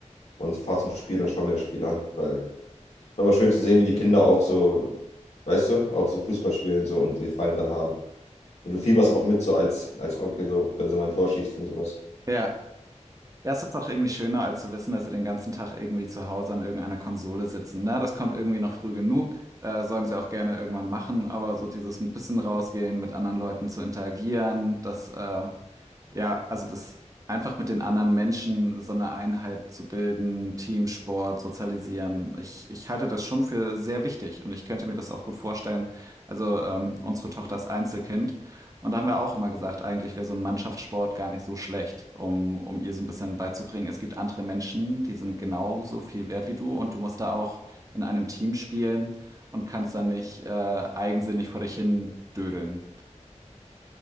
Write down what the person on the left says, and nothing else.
und fahre zum Spiel und schaue mir das Spiel an. Weil es ist immer schön zu sehen, wie die Kinder auch so, weißt du, auch so Fußball spielen und so und Gefallen dran haben. Und du fieberst auch mit so als, als Onkel, so, wenn sie mal ein Tor schießt und sowas.